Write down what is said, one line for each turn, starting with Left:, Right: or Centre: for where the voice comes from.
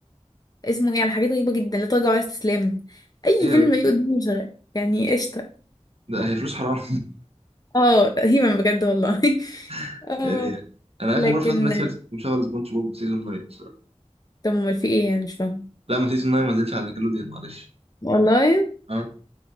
Left: اسمه ايه على حاجات غريبه جدا لا تراجع ولا استسلام اي
Right: إيه يا
Left: فيلم
Right: بنت
Left: بيجي
Right: ده؟
Left: قدامي شغال يعني قشطه
Right: ده هي فلوس حرام
Left: اه تقريبا بجد والله <laughs>
Right: <laughs>
Left: اه
Right: يعني أنا
Left: لكن
Right: آخر مرة فتحت نتفليكس كنت مشغل سبونج بوب سيزون 9
Left: طب امال في ايه يعني مش فاهمه
Right: لا ما سيزون 9 ما نزلش على نيكلوديان معلش
Left: والله
Right: اه